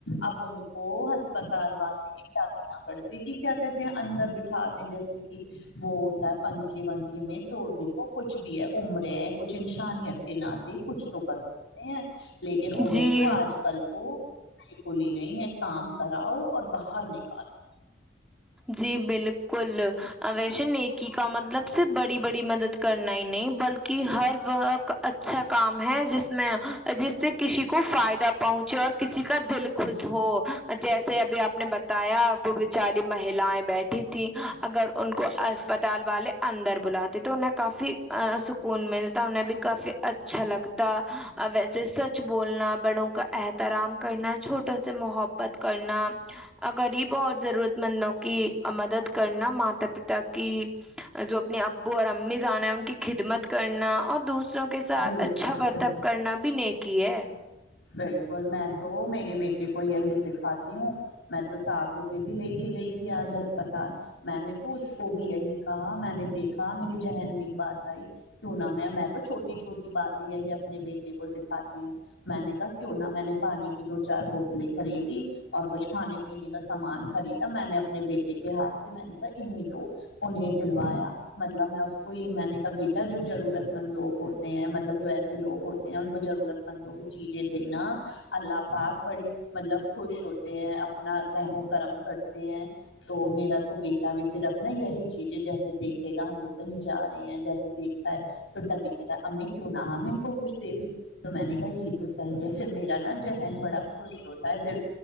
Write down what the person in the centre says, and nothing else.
جی
جی بالکل ویسے نیکی کا مطلب صرف بڑی بڑی مدد کرنا ہی نہیں بلکہ ہر وہ کا اچا اچھا کام ہے جس میں جس سے کسی کو فائدہ پہنچے اور کسی کا دل خوش ہو جیسے ابھی آپ نے بتایا وہ چاری مہیلاائیں بیٹھی تھیں اگر ان کو اسپتال والے اندر بلاتی تو انہیں کافی سکون ملتا انہیں بھی کافی اچھا لگتا ویسے سچ بولنا بڑوں کا احترام کرنا چھوٹوں سے محبت کرنا غریب اور ضرورت مندوں کی مدد کرنا ماتا پتا کہ جو اپنے ابو اور امی جانا ہے ان کی خدمت کرنا اور دوسروں کے ساتھ
اچھا برتاب
کرنا بھی نیکی ہے